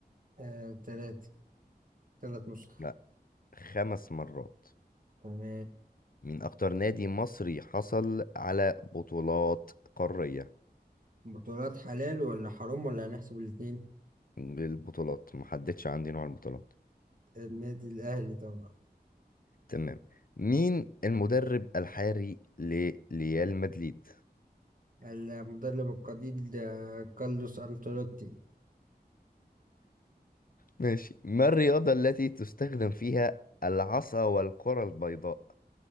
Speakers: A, on the right; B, on the left.
A: آه، تلاتة تلات نسخ
B: لا خمس مرات
A: تمام
B: مين أكتر نادي مصري حصل على بطولات قارية
A: بطولات حلال ولا حرام ولا هنحسب الاتنين
B: بالبطولات محددش عندي نوع البطولات
A: النادي الأهلي طبعا
B: تمام مين المدرب الحالي لريال مدريد؟
A: المدرب القدير ده كارلوس أنتيلوتي
B: ماشي ما الرياضة التي تستخدم فيها العصا والكرة البيضاء؟